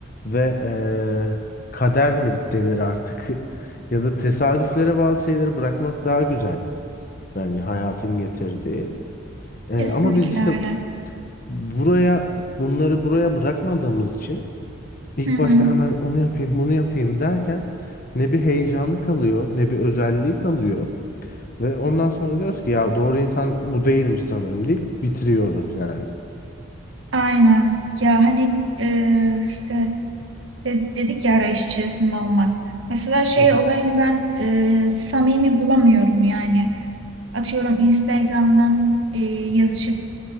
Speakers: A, on the left; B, on the right.
A: ve eee, kader mi denir artık <laughs> ya da tesadüflere bazı şeyleri bırakmak daha güzel bence hayatın getirdiği. Eee,
B: kesinlikle
A: ama biz işte
B: öyle.
A: buraya bunları buraya bırakmadığımız için ilk
B: Hı hı.
A: başta hemen onu yapayım bunu yapayım derken ne bir heyecanı kalıyor ne bir özelliği kalıyor ve ondan sonra diyoruz ki ya doğru insan bu değilmiş sanırım deyip bitiriyoruz yani.
B: Aynen. Ya hani e, işte de- dedik ya arayış içerisinde olmak. Mesela şey
A: Hı hı,
B: olayını ben e, samimi bulamıyorum yani. Atıyorum Instagram'dan e, yazışıp